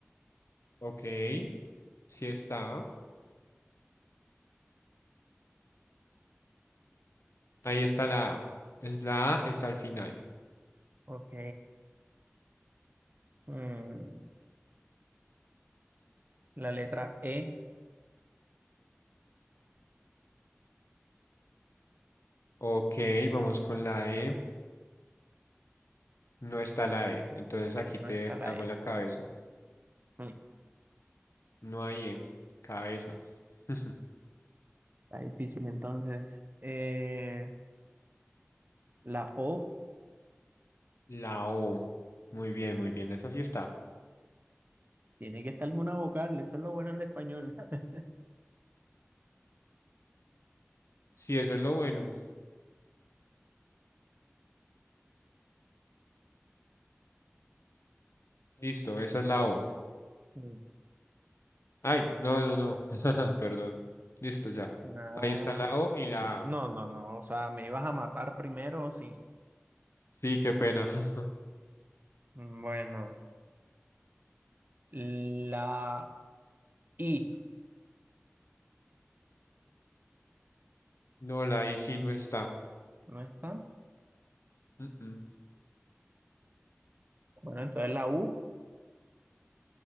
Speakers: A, on the left; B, on the right.
A: Ok, sí está. Ahí está la A. Es la A, está al final.
B: Ok. Mm, la letra E,
A: Ok, vamos con la E. No está la E. Entonces aquí te
B: no está la
A: hago
B: E.
A: la cabeza.
B: Mm,
A: No hay E. Cabeza. <laughs>
B: Está difícil entonces. Eh, la O,
A: La O. Muy bien, muy bien. Esa sí está.
B: tiene que estar una vocal, eso es lo bueno en español. <laughs>
A: Sí, eso es lo bueno. Listo, esa es la O.
B: Mm,
A: Ay, no, no, no. <laughs> Perdón. Listo, ya.
B: ah,
A: Ahí está la O y la
B: No,
A: A.
B: no, no, o sea, me ibas a matar primero, sí.
A: Sí, qué pena. <laughs>
B: Mm, Bueno, la I,
A: No, la I sí no está.
B: ¿no está?
A: Mm, mm.
B: Bueno, entonces la U,